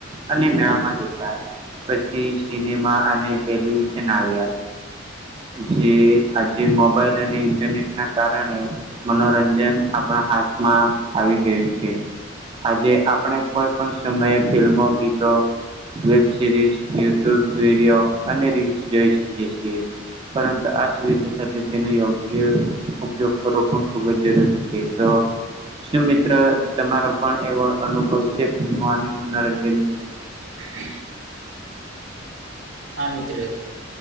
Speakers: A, on the right; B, on the right.
A: અને મેળા માં જતા. પછી સિનેમા અને ટેલિવિઝન આવ્યા. જે આજે મોબાઈલ અને ઇન્ટરનેટ ના કારણે મનોરંજન આપણા હાથમાં આવી ગયું છે. આજે આપણે કોઈ પણ સમયે ફિલ્મો, ગીતો વેબ સિરીઝ, યુટ્યુબ વિડીયો અને રીલ્સ જોઈ શકીએ છીએ. પરંતુ આ સુવિધા સાથે તેનો યોગ્ય ઉપયોગ કરવો પણ ખૂબ જ જરૂરી છે. તો શું મિત્ર તમારો પણ એવો અનુભવ છે ફિલ્મો અને મનોરંજન વિશે?
B: <inaudible> હા મિત્ર.